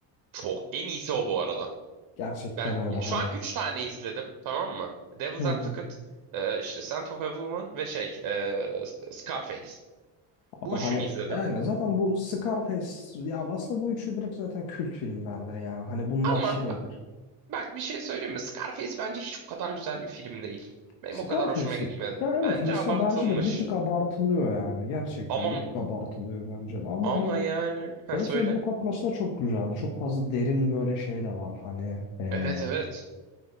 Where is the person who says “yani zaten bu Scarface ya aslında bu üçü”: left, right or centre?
Left